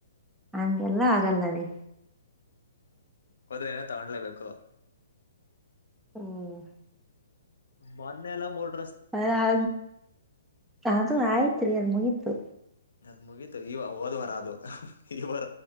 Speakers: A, in the centre; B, on the left (about 85°).
A: ಹಂಗೆಲ್ಲ ಆಗಲ್ಲ ರೀ
B: ಹೋದ್ರೆ ಏನೋ ತಗೊಂಡ್ಲೇಬೇಕು
A: ಹ್ಮ್
B: ಮೊನ್ನೆ ಎಲ್ಲಾ ಮೂರ್ಡ್
A: ಅ ಹ ಹದು ಆಯ <unintelligible> ತಿರಿಯದ ಮುಗೀತು
B: ಅದ್ ಮುಗಿ ತಗಿ ಅವು ಹೊದ್ವರಾ ಅದು ಇವತ್